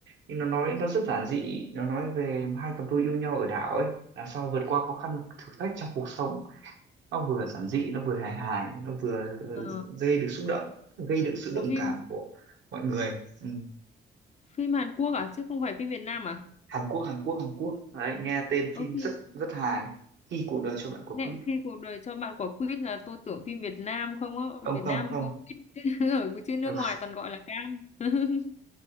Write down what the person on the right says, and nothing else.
nhưng nó nói nó rất giản dị nó nói về hai cặp đôi yêu nhau ở đảo ấy làm sao vượt qua khó khăn thử thách trong cuộc sống nó vừa giản dị nó vừa hài hài nó vừa ừ,
gây được xúc động gây được sự
đồng
cảm của mọi người ừ.
Hàn Quốc Hàn Quốc Hàn Quốc đấy nghe tên
phim
rất rất hài khi cuộc đời cho bạn quả
quýt
không
không
không
ừ.